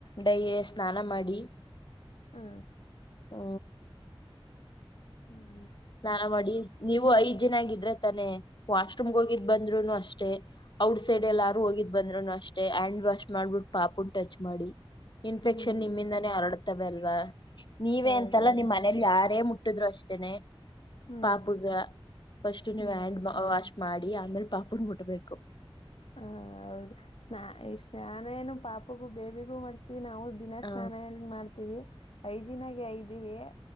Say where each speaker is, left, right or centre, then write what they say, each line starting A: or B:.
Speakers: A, on the left; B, on the left.
A: ಡೈಲಿ ಸ್ನಾನ ಮಾಡಿ
B: ಹ್ಮ
A: ಹೂ
B: ಹೂ
A: ಸ್ನಾನ ಮಾಡಿ ನೀವು ಹೈಜೀನ್ ಆಗಿ ್ರೆ ತಾನೆ ವಾಶ್್ರೂಮ್ಗೆ ಹೋಗಿದ್ ಬಂದ್ರುನು ಅಷ್ಟೇ ಔಟ್ ಸೈಡ್
B: ಹ್ಮ್
A: ಎಲ್ಲಾರು ಹೋಗಿದ್ ಬಂದ್ರುನು ಅಷ್ಟ ಅಷ್ಟ ಹಂಡ್ ವಾಶ್ ಮಾಡ್ಬಿ ಪಾಪ ಟಚ್ ಮಾಡಿ ಇನ್ಫೆಕ್ಷನ್
B: ಹ್ಮ್
A: ನಿಿಂದರಡ ತವ ಅಲ್ವಾ ನೀವೇ
B: ಹೌದೌದು
A: ಅಂತಲ್ಲ ನಿಮ್ಮ್ ಮನೇಲಿ ಯಾರೇ ಮುಟ್ಟಿದ್ರು ಅಷ್ಟೇನೆ
B: ಹ್ಮ್
A: ಪಾಪಗ ಫಸ್ಟ್ ನೀವು
B: ಹ್ಮ್
A: ಹ್ಯಾಂಡ್ ವಾಶ್ ಮಾಡಿ ಆಮೇಲ್ ಪಾಪನ್ ಮುಟ್ಬೇಕು
B: ಹ ಹೌದು ಸ್ನಾ ಈ ಸ್ನಾನ ಏನು ಪಾಪಗೂ ಬೇಬಿಗೂ ಮಾಡ್ ವಿ ನಾವು ದಿನಸ್ನಾನ
A: ಹ
B: ಎಏನ್ ಮಾಡ್ತೀವಿ ಹೈಜೀನ್ ನಗೆ ಇದೀವಿ